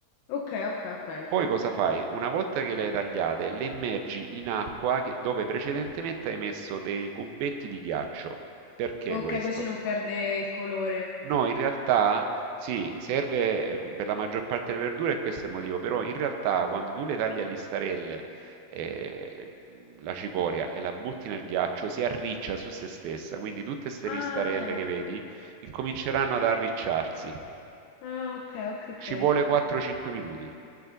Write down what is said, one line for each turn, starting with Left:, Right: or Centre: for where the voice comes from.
Left: ok, ok, ok.
Right: Poi cosa fai? Una volta che le hai tagliate, le immergi in acqua che- dove precedentemente hai messo dei cubetti di ghiaccio. Perché
Left: Ok,
Right: questo?
Left: così non perde il colore.
Right: No, in realtà sì, serve eh, per la maggior parte delle verdure e questo è il motivo, però in realtà quando tu le tagli a listarelle eh, la cicoria e la butti nel ghiaccio si arriccia su se stessa, quindi tutte queste
Left: Ah,
Right: listarelle
Left: ok.
Right: che vedi incominceranno ad arricciarsi.
Left: Ah, ok, ok, ok.
Right: Ci vuole 4-5 minuti.